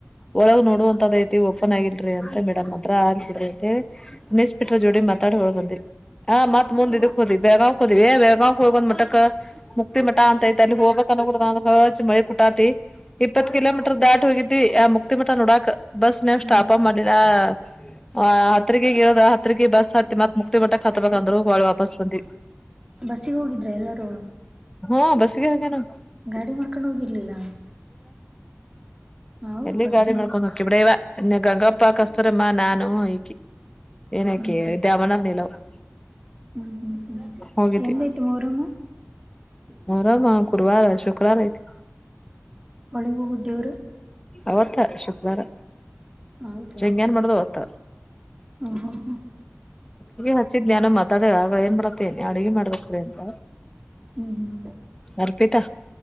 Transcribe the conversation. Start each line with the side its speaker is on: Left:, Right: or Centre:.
Left: ಒಳಗ ನೋಡುವಂತದೈತಿ ಓಪನ್ ಆಗಿಲ್ರಿಿ ಅಂತ ಮೇಡಮ್ ಅದ್ರ ಆಯ್ತ್ ಬಿಡ್ರಿ ಅಂತ ಹೇಳಿ ನೆಸ್ಪಿಟ್ರ ಜೋಡಿ ಮಾತಾಡಿ ಹೊರಾಗ್ ಬಂದಿ ಹಾ ಮತ್ ಮುಂದ್ ಇದಕ್ ಹೋದ್ವಿ ಬೆಳ್ಗಾವ್ ಹೊದ್ವಿ ಬೆಳ್ಗಾವ್ ಹೋಗಿ ಬಂದ್ ಮಟ್ಟಕ್ಕ ಮುಕ್ತಿ ಮಠ ಅಂತ ಐತ್ ಅಲ್ಲಿ ಹೋಗ್ಬೇಕ್ ಅೂಜ್ ಮಳಿ ಕುಟಾತಿ ಇಪ್ಪತ್ತು ಕಿಲೋಮೀಟರ್ ದಾಟ ವಿ ಆ ಮುಕ್ತಿ ಮಠ ನೋಡಾಕ್ ಬಸ್ ನವ್
Right: ಹ್ಮ್
Left: ಸ್ಟಾಪ್ಪ್ ನಾ ಮಾಡ್ಲಿಲ್ಲ ಆ ಹಾತ್ರಿಗಿರೋಧ ಹತ್ರಿಗೆ ಬಸ್ ಹತ್ತತಿ ಮತ್ ಮುಕ್ತಿ ಮಟ್ಟಕ್ ಹತ್ತಬೇಕಂದ್ರರು ಬಾಳಿ ವಾಪಸ್ ಬಂದಿ
Right: ಬಸ್ಸಿಗೆ ಹೋಗಿದ್ರ ಎಲ್ಲರೂ
Left: ಹಾ ಬಸ್ಸಿಗೆ ಹೋಗ್ಯಾವ ನಾವ್
Right: ಗಾಡಿ ಮಾಡ್ಕೊಂಡು ಹೋಗಿರ್ಲಿಲ್ಲ ಹೌದಾ
Left: ಎಲ್ಲಿ ಗಾಡಿ
Right: ಹ್ಮ್
Left: ಮಾಡ್ಕೊಂಡ್ ಹೋಗಕಿ ಬಿಡ ಇವ ಗಂಗಪ್ಪ ಕಸ್ತರಮ್ಮ ನಾನು ಇಕಿ ಏನಕೆ
Right: ಹ್ಮ್
Left: ದಾಮನ ನೀಲ <unintelligible>
Right: ಹ್ಮ್ ಹ್ಮ್ ಹ್ಮ್
Left: ಹೋಗಿದ್ವಿ
Right: ಎಂದ್ ಐತಿ ಮೊಹರಂ
Left: ಮೊಹರಂ ಗುರುವಾರ ಶುಕ್ರಾವಾರ ಐತಿ
Right: ಒಳಿಗ್ ಹೋಗುದ ದೇವ್ರು
Left: ಅವತ್ತಾ ಶುಕ್ರವಾರ
Right: ಹೌದಾ
Left: ಚೆಂಗನ್ ಮಾಡೋದು ಅವತ್ತ
Right: ಹ ಹ ಹ
Left: ಹಗೆ ಹಚ್ಚಿದ್ ನಾನು ಮಾತಾಡ ಆಗ ಏನ್ ಮಾಡತ್ತೇನಿ ಅಡ್ಗೆ ಮಾಡ್ಬೇಕ ಅಂತ
Right: ಹ್ಮ್ ಹ್ಮ್
Left: ಅರ್ಪಿತಾ